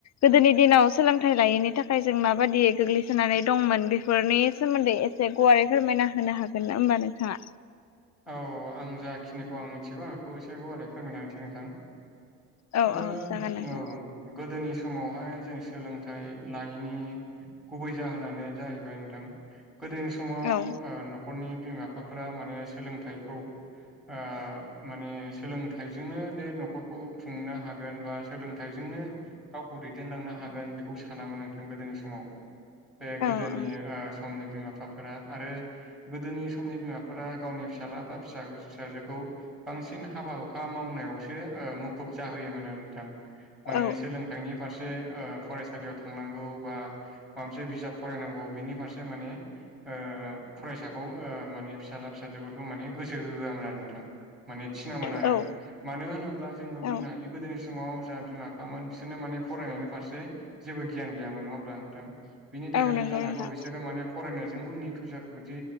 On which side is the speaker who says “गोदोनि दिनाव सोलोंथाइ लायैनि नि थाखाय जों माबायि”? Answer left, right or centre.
Left